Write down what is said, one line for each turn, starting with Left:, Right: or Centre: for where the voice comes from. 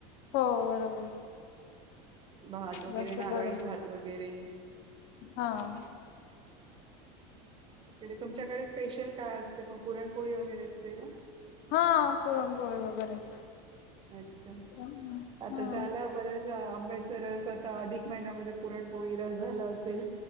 Left: हो बरोबर.
Right: भात वगैरे
Left: जास्त
Right: नारळी
Left: करून
Right: भात वगैरे.
Left: हां.
Right: इकडे तुमच्याकडे स्पेशल काय असते मग पुरणपोळी वगैरे असते का?
Left: हा पोळम पोळी वगैरेच.
Right: अच्छा.
Left: दुसरं नाही.
Right: आता
Left: हां.
Right: झाला बरस आंबेच्यारस आता अधिक महिन्यामध्ये पुरणपोळी रस झाला असेल,